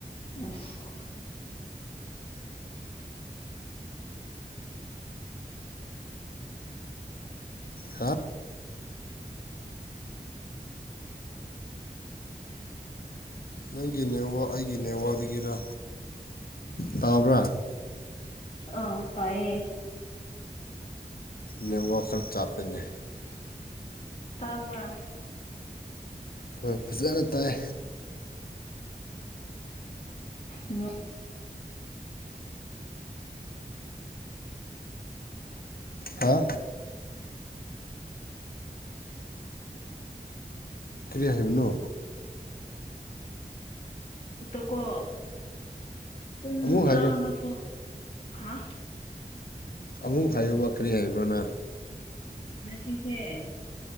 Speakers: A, on the left (about 35°); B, on the left (about 70°).
A: ꯌꯦꯁ
B: ꯍꯥ ꯅꯪꯒꯤ ꯅꯦꯋꯥ ꯑꯩꯒꯤ ꯅꯦꯋꯥꯗꯒꯤꯔ ꯇꯥꯕ꯭ꯔꯥ
A: ꯑ ꯄꯌꯦꯌꯦ
B: ꯅ ꯋꯥꯈꯔ ꯆꯥꯞꯄꯦꯅꯦ
A: ꯇꯥꯕ
B: ꯍꯣꯏ ꯐꯖꯅ ꯇꯥꯏ
A: ꯎ
B: ꯍꯥ ꯀ꯭ꯔꯤꯌꯥ ꯍꯥꯏꯕꯅꯣ
A: ꯎꯛꯇꯀꯣ ꯄꯨꯡ
B: ꯑꯃꯨꯛ
A: ꯇꯔꯥꯃꯊꯣꯛ
B: ꯍꯥꯏꯔꯣ
A: ꯐꯂꯣ
B: ꯑꯃꯨꯛ ꯍꯥꯏꯌꯣ ꯋꯥꯈꯔꯤ ꯍꯥꯏꯕꯅ
A: ꯉꯁꯤꯁꯦ